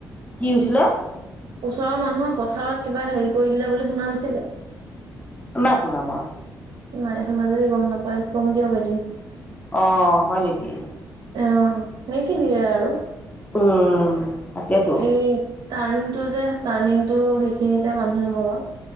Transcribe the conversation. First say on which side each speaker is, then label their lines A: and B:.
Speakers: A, on the left (about 15°); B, on the right (about 65°).
A: কি হৈছিলে?
B: ওচৰৰ মানুহৰ পথাৰত কিবা হেৰি কৰি দিলে বুলি শুনা নাছিলে।
A: নাই শুনা মই।
B: নাই শুনা যদি গম নাপায় কম দিয়ক এদিন।
A: অ হয় নেকি?
B: অ সেইখিনিৰে আৰু।
A: উম। তাকেতো
B: এই টাৰ্ণিং টো যে টাৰ্ণিং টো সেইখিনিতে মানুহে এঘৰৰ